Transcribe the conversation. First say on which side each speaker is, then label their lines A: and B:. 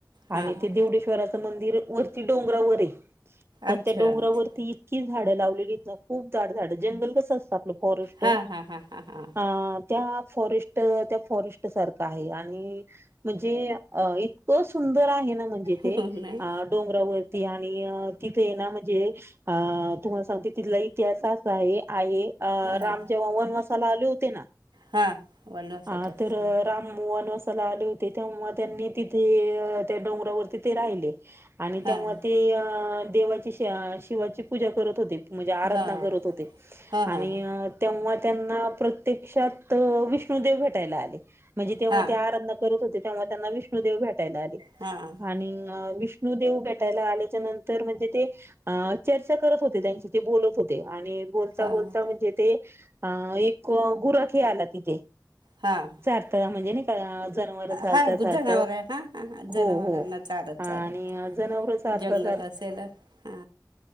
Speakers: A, on the right; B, on the right.
A: हां
B: आणि ते देवडेश्वराचं मंदिर वरती डोंगरावर आहे पण
A: अच्छा
B: त्या डोंगरावरती
A: अच्छा
B: इतकी झाडं लावलेली खूप ड झाड जंगल कसं असतं आपलं फॉरेस्ट
A: हां हां हां हां हां
B: अ त्या फॉरेट त्या फॉरेट सारख आहे आणि म्हणजे इतकं सु सुंदर आहे ना म्हणजे ते
A: हो नाही
B: अ डोंगरावरती आणि तिथे ना म्हणजे अ तुम्हाला सांगते तिथला इतिहासच आहे आहे अं
A: हां
B: राम जेव्हा वनवासाला आले होते ना
A: हां वनवासात
B: हा
A: असताना
B: तर राम मोहन अस ले होते तेव्हा त्यांनी तिथे त्या डोंगरावरती ते राहिले आणि
A: हां
B: त्यामु ते देवाची श शिवाची पूजा करत होते म्हणजे आराधना
A: हां
B: करत होते
A: हां हां
B: आणि
A: हां हां
B: तेव्हा त्यांना प्रत्यक्षात विष्णुदेव भेटायला आले णजे तेव्हा
A: हां
B: ते आराधना करत होते तेव्हा त्यांना विष्णुदेव भेटायला आले
A: हां
B: आणि विष्णू देेव भेटायला आल्याच्या नंतर म्हणजे ते चर्चा करत होते त्यांची ते बोलत होते आणि बोलता
A: हां
B: बोलता म्हणजे ते अ एक गुरखे आला तिथे
A: हां
B: सारता म्हणजे जनावर चालता
A: हां
B: चालत
A: जनावर आहे हां हां हां
B: हो
A: जनावरांना
B: हो
A: चारत
B: आणि
A: चारत
B: जनावर चारता
A: जंगल
B: चार
A: असेल हा